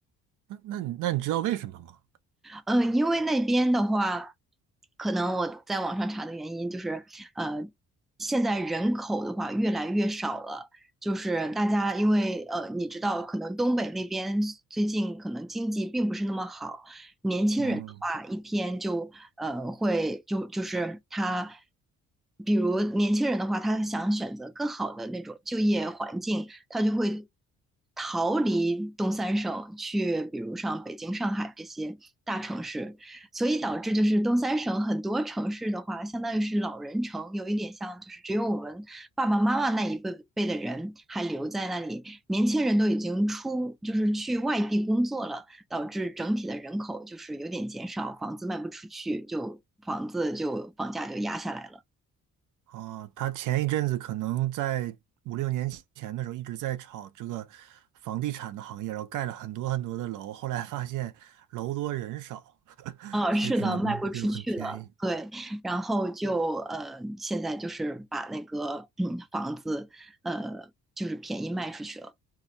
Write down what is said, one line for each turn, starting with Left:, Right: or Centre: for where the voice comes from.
Right: 那那你那你知道为什么吗？
Centre: 嗯，因为那边的话，可能我在网上查的原因就是，呃，现在人口的话越来越少了，就是大家因为呃，你知道，可能东北那边最近可能经济并不是那么好，年轻人的话一天就呃，
Right: 嗯。
Centre: 会就就是他，比如年轻人的话，他想选择更好的那种就业环境，他就会逃离东三省，去比如像北京、上海这些大城市，所以导致就是东三省很多城市的话，相当于是老人城，有一点像就是只有我们爸爸妈妈那一辈辈的人还留在那里，年轻人都已经出就是去外地工作了。导致整体的人口就是有点减少，房子卖不出去，就房子就房价就压下来了。
Right: 哦，他前一阵子可能在五六年前的时候一直在炒这个房地产的行业，然后盖了很多很多的楼，后来发现楼多人少，<laughs>
Centre: 啊，
Right: 所以只能就很便宜。
Centre: 是的，卖不出去了，对，然后就呃，现在就是把那个嗯房子呃就是便宜卖出去了。